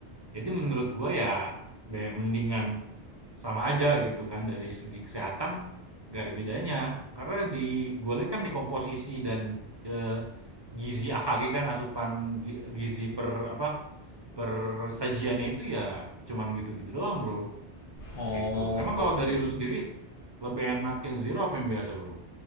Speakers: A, on the right; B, on the left.
A: Jadi menurut gua ya be- mendingan sama aja gitu kan dari segi kesehatan nggak ada bedanya. Karena di gulai kan di komposisi dan, eee, gizi AKG kan asupan gi gizi per apa, per sajiannya itu ya cuman gitu-gitu doang, Bro,
B: Oh
A: gitu. Emang
B: oke
A: kalau
B: oke.
A: dari lu sendiri lebih enak yang zero apa yang biasa, Bro?